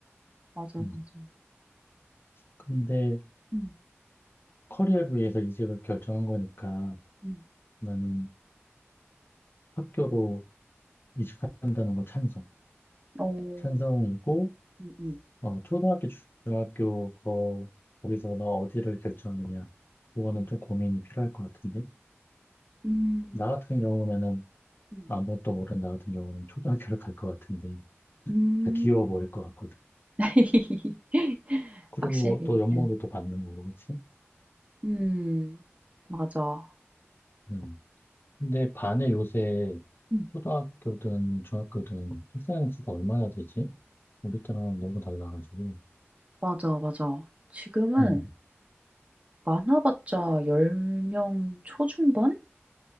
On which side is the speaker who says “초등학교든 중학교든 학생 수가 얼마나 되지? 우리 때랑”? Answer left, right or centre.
Left